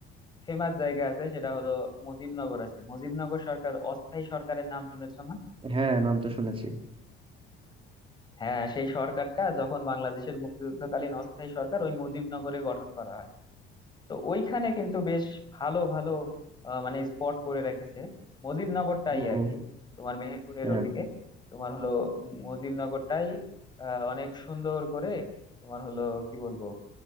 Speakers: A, on the left; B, on the right.
A: ফেমাস জায়গা আছে সেটা হলো মুজিবনগর আছে মুজিবনগর সরকার অস্থায়ী সরকারের নাম শুনেছো না
B: হ্যাঁ নাম তো শুনেছি
A: হ্যাঁ সেই সরকারটা যখন বাংলাদেশের মুক্তিযুদ্ধকালীন অস্থায়ী সরকার ওই মুজিবনগরে গঠন করা হয় তো ওইখানে কিন্তু বেশ ভালো ভালো আহ, মানে স্পট করে রেখেছে মুজিবনগরটাই
B: ও
A: আর কি তোমার মেহেরপুরের
B: হ্যাঁ
A: ওদিকে তোমার হলো মুজিবনগরটাই আহ অনেক সুন্দর করে তোমার হলো কি বলবো